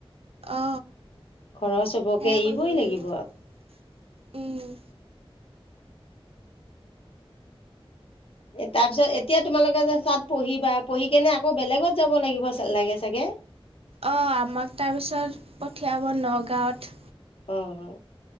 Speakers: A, on the right (about 75°); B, on the left (about 70°).
A: অ
B: ঘৰৰ চবকে
A: সেয়াই
B: এৰিবই
A: কৰিব লাগিব।
B: লাগিব
A: উম
B: এ তাৰ পিছত এতিয়া তোমালোকে যে তাত পঢ়িবা পঢ়ি কেনে আকৌ বেলেগত যাব লাগিব লাগে চাগে।
A: অ আমাক তাৰপিছত পঠিয়াব নগাঁৱত।
B: অ